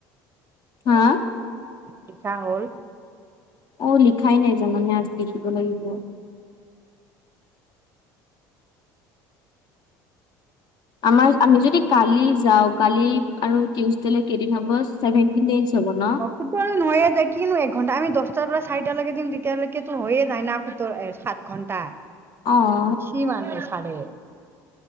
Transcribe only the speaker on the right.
পিঠা হ'ল?
অ সোতৰ নহয়ে যায়, কিনো একঘণ্টা আমি দহটাৰ পৰা চাৰিটালৈকে দিম। তেতিয়ালৈকেতো হৈয়ে যায় না সোতৰ, সাত। ঘণ্টা।
কিমান <unintelligible> চাৰে।